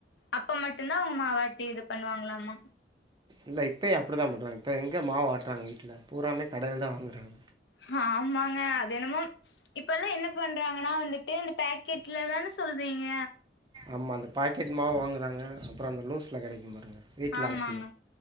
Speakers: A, on the left (about 80°); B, on the right (about 25°).
A: அப்ப மட்டுந்தா அவங்க மாவாட்டி இது பண்ணுவாங்களாமா
B: இல்ல இப்பயு அப்டிதா பண்றாங்க இப்ப எங்க மாவு ஆட்றாங்க வீட்ல பூராமே கடைலதா வாங்குறாங்க
A: ஹாமாங்க அது என்னமோ இப்பெல்லா என்ன பண்றாங்கன்னா வந்துட்டு அந்த பேக்கெட்லதானே சொல்றீங்க
B: ஆமா அந்த பாக்கெட் மாவு வாங்குறாங்க அப்பறோ அந்த லூஸுல கெடைக்கும் பாருங்க வீட்ல
A: ஆமாங்க
B: ஆட்டி